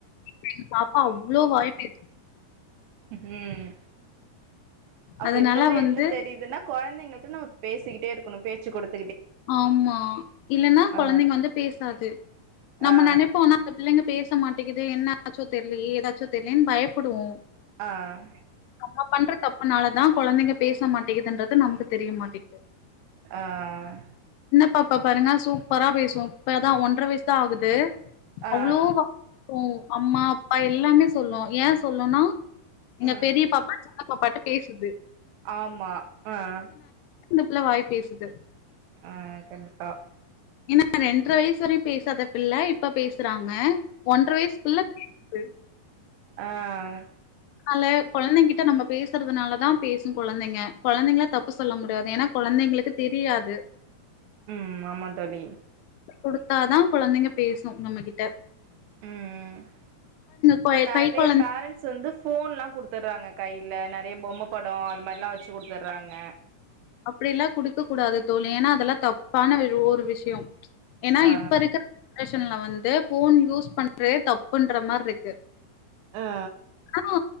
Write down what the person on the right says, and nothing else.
உம் அப்ப
இதுல இருந்து
என்ன தெரிய்துனா கொழந்தைங்கள்ட்ட நம்ம பேசிக்கிட்டே இருக்கனு பேச்சு குடுத்
ஆ
ஆ
ஆஹ்
ஆஹ் அஹ்
ஆ
ம்
ஆமா ஆஹ்
ஆஹ் கண்டிப்பா
ஆஹ்
ம் ஆமா தோழி
உம் உம் ம் இப்ப
நெறைய
பேரண்ட்ஸ் வந்து ஃபோன்லா குடுத்துற்றாங்க கைல நெறைய பொம்ம படோ அது மார்லா வச்சு குடுத்துற்றாங்க
ஆ
ஆ